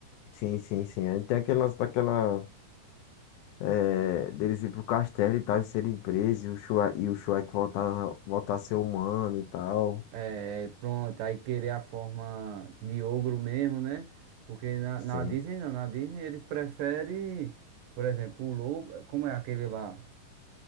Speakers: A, on the left (about 75°); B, on the right (about 80°).
A: Sim, sim, sim. Aí tem aquele lance daquela. É, deles ir pro castelo e tal, e serem presos, e o Shrek, e o Shrek voltar, voltar a ser humano e tal.
B: É, pronto, aí querer a forma de ogro mesmo, né? Porque na,
A: Sim.
B: na Disney não, na Disney eles preferem, por exemplo, o lobo, como é aquele lá?